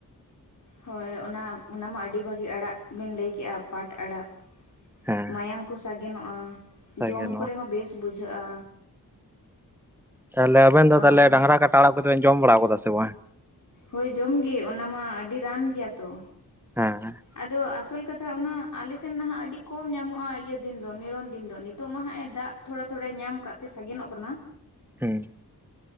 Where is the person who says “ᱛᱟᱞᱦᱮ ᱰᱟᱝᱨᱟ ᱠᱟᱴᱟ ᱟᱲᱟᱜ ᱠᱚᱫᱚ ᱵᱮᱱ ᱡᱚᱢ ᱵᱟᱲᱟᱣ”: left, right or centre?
Centre